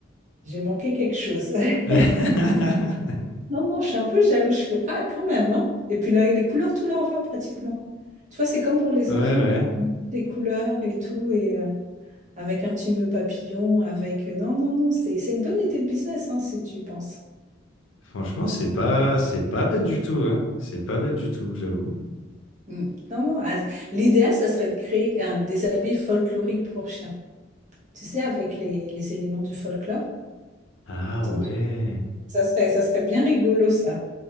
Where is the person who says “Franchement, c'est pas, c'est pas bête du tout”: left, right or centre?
Left